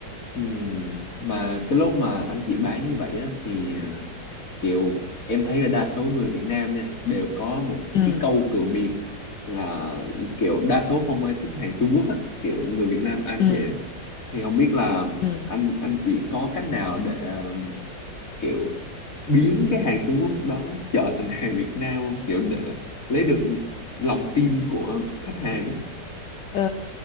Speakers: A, on the left (about 50°); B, on the left (about 75°).
A: Ừm, Mà cái lúc mà anh chị bán như vậy á, thì à, kiểu em thấy là đa số người Việt Nam nha đều có một
B: ừ
A: cái câu cửa miệng là kiểu đa số không ai thích hàng Trung Quốc á kiểu người Việt Nam ai cũng
B: ừ
A: vậy á thì không biết là
B: ừ
A: anh anh chị có cách nào để à, kiểu biến cái hàng Trung Quốc đó trở thành <laughs> hàng Việt Nam không kiểu để lấy được lòng tin của khách hàng á
B: Ờ,